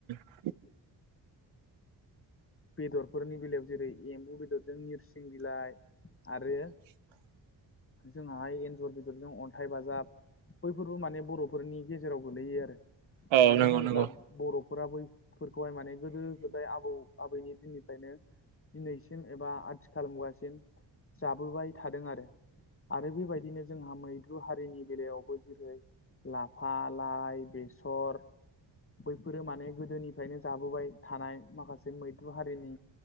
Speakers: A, on the right (about 80°); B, on the left (about 30°).
A: उम
B: बेदरफोरनि बेलायाव जेरै एम्बु बेदरजों नोरसिं बिलाइ आरो
A: <inaudible>
B: जोंहाय एन्जर बेदर बेफोरजों अन्थाइ बाजाब बैफोरबो माने बर'फोरनि गेजेराव गोलैयो आरो।
A: औ
B: मानो
A: नंगौ
B: होनोब्ला
A: नंगौ
B: बर' फोराबै फोरखौहाय माने गोदो गोदाय आबौ आबैनि दिन‌निफ्रायनो दिनैसिम एबा आथिखाल मुगासिम जाबोबाय थादों आरो। आरो बेबायदिनो जोंहा मैद्रु हारिनि बेलायावबो जेरैहाय लाफा लाय बेसर बैफोरो माने गोदोनिफ्रायनो जाबोबाय थानाय माखासे मैद्रु हारिनि